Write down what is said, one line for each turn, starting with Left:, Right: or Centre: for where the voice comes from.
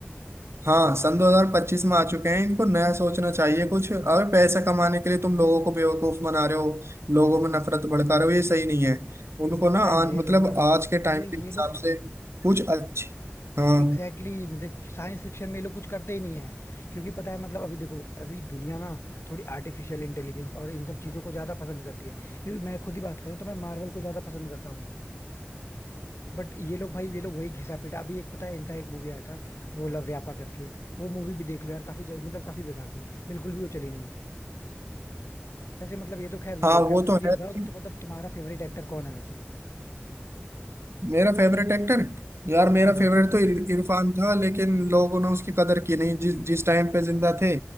Right: हाँ सन 2025 में आ चुके हैं इनको नया सोचना चाहिए कुछ अगर पैसा कमाने के लिए तुम लोगों को बेवकूफ बना रहे हो लोगों में नफरत भड़का रहे हो ये सही नहीं है उनको ना
Left: पता है ये
Right: आज मतलब
Left: लोग ना
Right: आज के टाइम
Left: ये
Right: के हिसाब
Left: ये लोग
Right: से कुछ अच्छे हाँ
Left: एग्जैक्टली exactly, मतलब साइंस फिक्शन में ये लोग कुछ करते ही नहीं है क्योंकि पता है मतलब अभी देखो अभी दुनिया ना थोड़ी आर्टिफिशियल इंटेलिजेंस और इन सब चीजों को ज्यादा पसंद करती है क्योंकि मैं खुद ही बात करूँ तो मैं मार्वल को ज्यादा पसंद करता हूँ बट ये लोग भाई ये लोग वही घिसा पिटा अभी एक पता है इनका एक मूवी आया था वो लव व्यापा करके वो मूवी भी देख लो यार काफी जल- मतलब काफी बेकार थी बिल्कुल भी वो चली नहीं वैसे मतलब ये तो खैर वो
Right: हाँ
Left: हो गया
Right: वो तो
Left: ये
Right: है
Left: बताओ
Right: लेकिन
Left: तो मतलब तुम्हारा फेवरेट एक्टर कौन है वैसे
Right: मेरा फेवरेट एक्टर यार मेरा
Left: हाँ हाँ
Right: फेवरेट तो इर- इरफान था लेकिन लोगों ने उसकी कदर की नहीं जिस जिस टाइम पे जिंदा थे